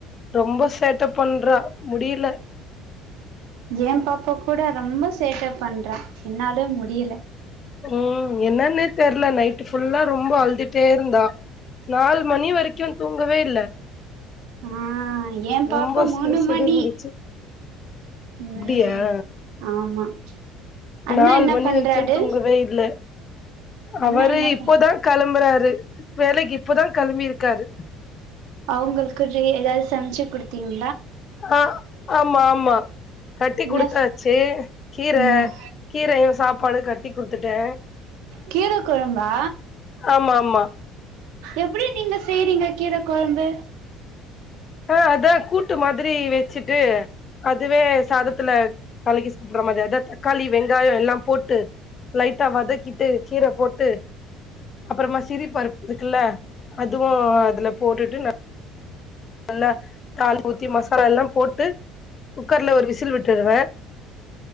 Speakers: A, on the left (about 30°); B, on the right (about 85°).
A: ரொம்ப சேட்ட பண்றா முடியல
B: எ பாப்பா கூட ரொம்ப சேட்ட பண்றா என்னால முடியல
A: ம் என்னனே தெர்ல நைட்டுஃபுல்லா ரொம்ப அழு தேர்ந்தா நாலு மணி வரைக் க்யு தூங்கவே இல்ல
B: ஆ ஏ பாப்பா
A: ரொம்ப சிடு
B: மூனுமணி
A: சிடு இருந்துச்சு
B: ம்
A: அப்டியா
B: ஆமா அண்ணா
A: நாலு
B: என்ன
A: மணி
B: பண்றாரு
A: வரைக்கு தூங்கவே இல்ல
B: அண்ணா
A: அவரு
B: என்ன
A: இப்பதா
B: பண்
A: கெளம்புறாரு வேலைக்கு இப்பதா கெளம்பிருக் க்காரு
B: அவங்களுக்கு ரே எதாது சமச்சி குடுத்தீங்க
A: ஆ ஆமா ஆமா கட்டி
B: என்ன
A: குடுத்தாச்சி கீர
B: ம்
A: கீரையு சாப்பாடுகட்டி குடுத்துட்டே
B: கீர கொழம்பா
A: ஆமா ஆமா
B: எப்பிடி நீங்க செய்றீங்க கீர கொழம்பு
A: ஆ அதா கூட்டு மாரி வச்சிட்டு அதுவே சாதத்துல கலிக்கி சாப்பிற மாரி அதா தக்காளி வெங்காயோ எல்லா போட்டு லைட்டா வதக்கிட்டு கீர போட்டு அப்புறமா சிரி பருப்பு இருக்குல்ல அதுவுஅதுல போட்டுட்டு நல்லா தாளிப்புத்தி மசாலா எல்லா போட்டு குக்கர்ல ஒரு விசில் விட்டுவே